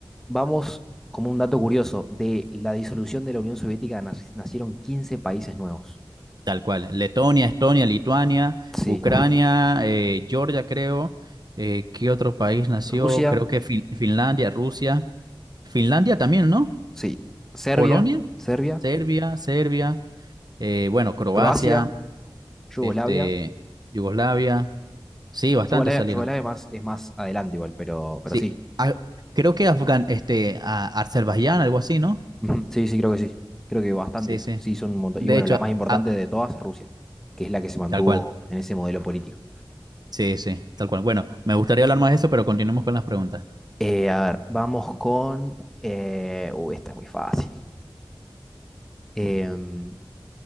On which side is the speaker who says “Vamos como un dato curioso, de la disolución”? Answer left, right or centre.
Centre